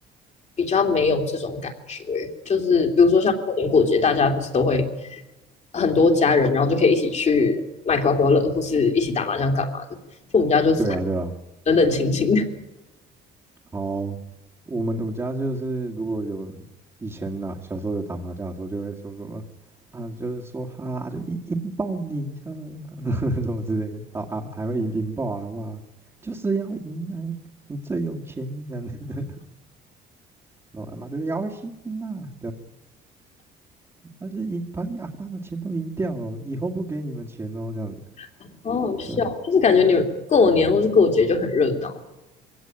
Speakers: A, on the left; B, on the right.
A: 比较没有这种感觉，就是比如说像过年过节，大家不是都会很多家人，然后就可以一起去买刮刮乐，或是一起打麻将干嘛的。就我们家就是
B: 对啊，对啊。
A: 冷冷清清的，
B: 然后我们我家就是如果有以前呐、小时候有打麻将的时候，就会说什么啊，就是说哈、啊，就引引爆你，像 <laughs> 什么之类的，然后啊还会引引爆阿嬷，就是要赢哎，你最有钱这样子，然后阿嬷就要吸金呐，他就赢把你阿妈的钱都赢掉了，以后不给你们钱哦，这样子，
A: <laughs> 好好笑，
B: 对
A: 就是感觉你们过年或是过节就很热闹